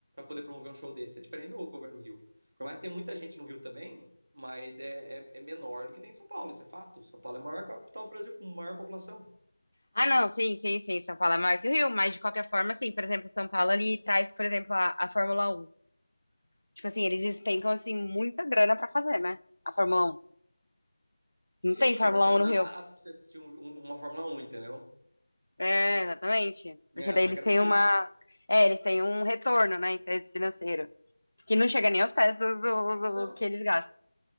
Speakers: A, on the right (about 20°); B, on the left (about 65°).
A: poder promover um show desse. É diferente do governo do Rio. Por mais que tenha muita gente no Rio também, mas é, é, é menor do que tem em São Paulo, isso é fato. São Paulo é a maior capital do Brasil com maior população.
B: Ah, não, sim, sim, sim. São Paulo é maior que o Rio, mas de qualquer forma, assim, por exemplo, São Paulo ali traz, por exemplo, a, a Fórmula Um. Tipo assim, eles despencam, assim, muita grana pra fazer, né? A Fórmula Um. Não
A: Sim,
B: tem Fórmula
A: mas só
B: Um
A: que
B: no
A: não
B: Rio.
A: é barato pra você assistir um- um- uma Fórmula Um, entendeu?
B: É, exatamente. Porque
A: É,
B: daí
A: não
B: eles
A: é gratuita.
B: têm uma. É, eles têm um retorno, né, em termos financeiro. Que não chega nem aos pés do, do-
A: Não,
B: do que eles gastam.